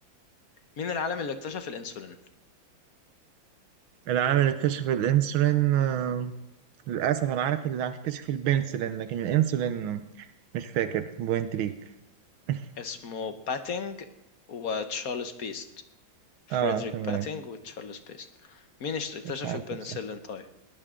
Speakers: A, on the left (about 50°); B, on the right (about 80°).
A: مين العالم اللي اكتشف الانسولين
B: العام اللي اكتشف الإنسولين آه، للأسف أنا عارف اللي اكتشف البنسلين لكن الإنسولين مش فاكر بوينت ليك <laughs>
A: اسمه باتينج وتشارلز بيست فريدريك
B: اه تمام
A: باتينج وتشارلز بيست مين اشت- اكتشف
B: مش عارفه
A: البنسلين
B: بصراحه
A: طيب